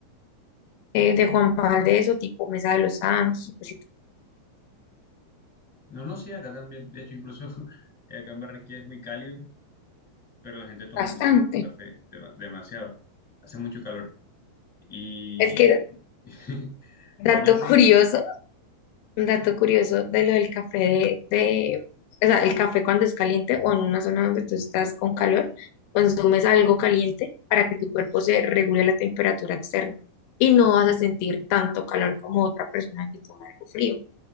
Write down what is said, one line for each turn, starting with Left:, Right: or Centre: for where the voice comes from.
Left: eh, de Juan Valdez o tipo Mesa de los Santos, pues,
Centre: No, no, sí, acá también, de hecho, incluso <laughs> eh, acá en Barranquilla es muy cálido, pero la gente toma
Left: bastante.
Centre: muchísimo café, dema- demasiado, hace mucho calor y
Left: Es que,
Centre: <laughs>
Left: dato
Centre: aún así,
Left: curioso, un dato curioso de lo del café de, de- o sea, el café cuando es caliente o en una zona donde tú estás con calor, consumes algo caliente para que tu cuerpo se regule la temperatura externa y no vas a sentir tanto calor como otra persona que toma algo frío.